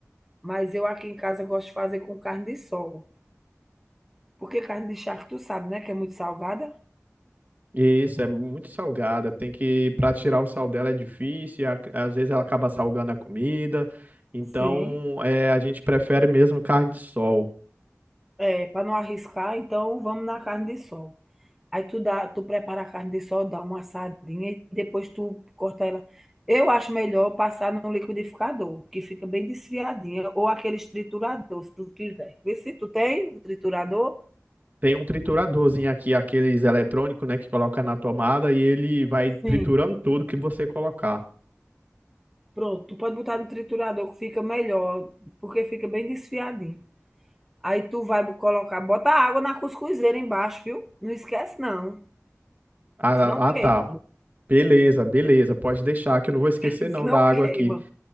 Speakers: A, in the centre; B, on the right.
A: Mas eu aqui em casa gosto de fazer com carne de sol. Porque carne de charque, tu sabe, né, que é muito salgada?
B: Isso, é muito salgada. Tem que, para tirar o sal dela é difícil, e a- às vezes ela acaba salgando a comida. Então,
A: Sim.
B: é, a gente prefere mesmo carne de sol.
A: É, para não arriscar, então vamos na carne de sol. Aí tu dá, tu prepara a carne de sol, dá uma assadinha e depois tu corta ela. Eu acho melhor passar no liquidificador, que fica bem desfiadinha, ou aqueles triturador, se tu quiser. Vê se tu tem o triturador.
B: Tem um trituradorzinho aqui, aqueles eletrônicos, né, que coloca na tomada e ele vai
A: Sim.
B: triturando tudo que você colocar.
A: Pronto, tu pode botar no triturador que fica melhor, porque fica bem desfiadinho. Aí tu vai bo- colocar, bota água na cuscuzeira embaixo, viu? Não esquece não,
B: Ah,
A: senão queima,
B: ah, tá. Beleza, beleza, pode deixar que eu não vou esquecer
A: <laughs>
B: não
A: senão
B: da
A: queima.
B: água aqui.